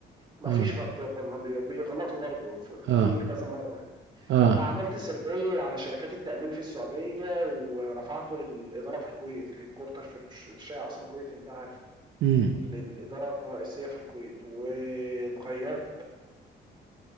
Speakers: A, on the right; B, on the right.
A: ما
B: اه
A: فيش ما, بت... ما بي- بيغلطوا برضو ف-
B: اه
A: كتير كذا مره
B: اه
A: فعملت سيرفي على شركات التامين في السعوديه ورفعته للاداره في الكويت الهيد كورتر في الشيعة اصلا الكويت انت عارف
B: امم
A: للإدارة الرئيسية في الكويت وتغير